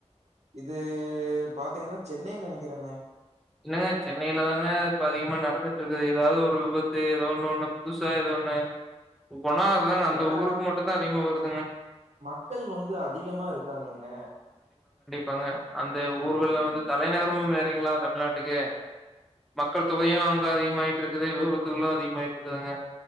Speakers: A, on the right; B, in the centre.
A: இது பாத்திங்கன்னா சொன்னைனு நெனைக்குறங்க
B: என்னங்க சென்னையில தாங்க இப்ப அதிகமா நடந்துட்டு இருக்குது ஏதாவது ஒரு விபத்து ஏதோ ஒண்ணு ஒண்ணு புதுசா ஏத ஒண்ணு ஒவ்வொன்னா அதாங்க அந்த
A: ஏனா
B: ஊருக்கு மட்டும் தான் அதிகமா வருதுங்க.
A: மக்கள் வந்து அதிகமா இருக்காங்களங்க
B: பாங்கா அந்த
A: உம்
B: ஊர்கல்ல வந்து தலைநகரமு வேர் க்றிங்களா தமிழ்நாட் டுக்கு மக்கள் தொகயு அங்க அதிகமாய்ட்ருக்குது விபத்துகளு அதிக மாயிற்றுதுங்க